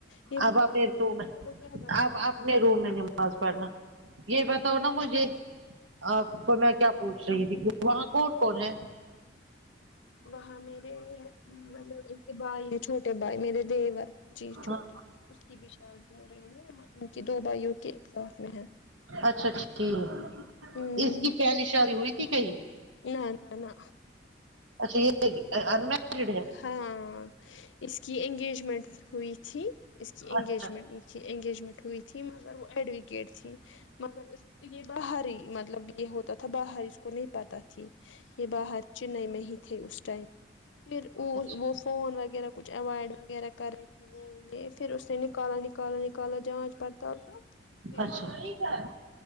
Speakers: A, on the left; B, on the right.
A: یہ
B: اب اپنے روم
A: کیا بتاؤں
B: اب اپنے روم میں نماز پڑھنا یہ بتاؤ نا مجھے آپ کو میں کیا پوچھ رہی تھی وہاں کون کون ہے
A: وہاں میرے ملب ان کے بھائی چھوٹے بھائی میرے دیور جی
B: ہاں،
A: چھوٹے اس کی بھی شادی ہو رہی ہے نا ان کی دو بھائیوں کے ایک ساتھ میں ہے
B: اچھا ٹھیک
A: ہوں
B: اس کی پہلی شادی ہوئی تھی کہیں
A: نہ نہ نہ
B: اچھا یہ انمیرڈ ہے
A: ہاں اس کی انگیجمنٹ ہوئی تھی اس کی انگیجمنٹ
B: اچھا
A: کی انگیجمنٹ ہوئی تھی مگر وہ ایڈ یہ تھی مگر یہ باہر ہی مطلب یہ ہو تی باہر اس کو نہیں پتہ تھی یہ باہر چنئی میں ہی تھے اس ٹائم پھر وہ
B: اچھا
A: وہ فون وغیرہ کچھ اوائڈ وغیرہ کرے کےے پھر اس سے نکالا نکالا کالا جانچ پڑتال توھر
B: اچھا